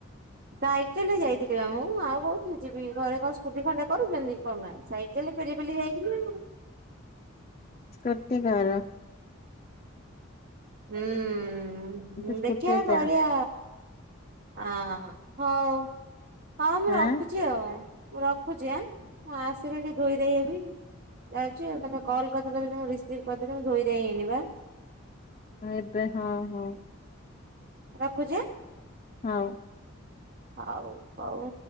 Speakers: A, on the right; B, on the left.
A: ସାଇକେଲ ରେ ଯାଇଥିଲ ବା ମୁଁ ଆଉ କହୁଥିରେ ଯିବି ଘରେ କଣ ସ୍କୁଟି ଖଣ୍ଡେ କରୁଛନ୍ତି କରୁନାହାଁନ୍ତି ସାଇକେ କେଲେ ପେଲି ପେଲି ଯାଇଥିଲି।
B: ସ୍କୁଟିକର।
A: ହୁଁ
B: ତୁ ସ୍କୁଟିରେ
A: ଦେଖିବା
B: ଯା
A: କରିବା। ଆ ହଉ ହଁ ମୁଁ
B: ଆଁ
A: ରଖୁଛି। ଆଉ ମୁଁ ରଖୁଛି ଆ ମୁଁ ଆସିଲି ଟିକେ ଧୋଇ ଧାଇହେବି। ଯାଉଛି ଆଉ ତମେ କଲ୍ କରିଦେଲ ମୁଁ ରିସିଭ୍ କରିଦେଲି ମୁଁ ଧୋଇଧାଇ ହେଇଣିବା।
B: ଏବେ ହଁ ହଁ।
A: ରଖୁଛି ଆ।
B: ହଉ।
A: ହଉ ହଉ।